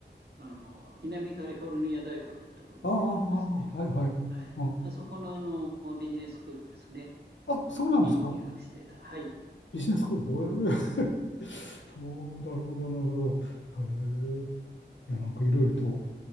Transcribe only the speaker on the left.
ああ、あはいはい。
あ、
あ、そうなんですか。
ビジネススクール。へえ <laughs> そう、なるほど、なるほど。へえ。いや、なんかいろいろと、